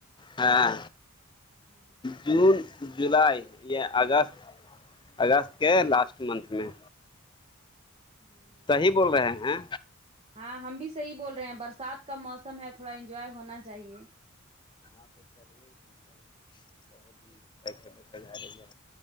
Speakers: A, on the left (about 20°); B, on the right (about 30°).
A: ہاں
B: ہوں
A: جون جولائی اگست اگست کے لاسٹ منتھ میں
B: ہوں
A: یہی بول رہے ہیں
B: ہاں ہم بھی صحیح بول رہے ہیں برسات کا موسم ہے تھوڑا انجوائے ہونا چاہیے
A: اں پہ چلے سلتے ہیں بہت ہی بیٹھتے بیٹھ کر جا رہی ہے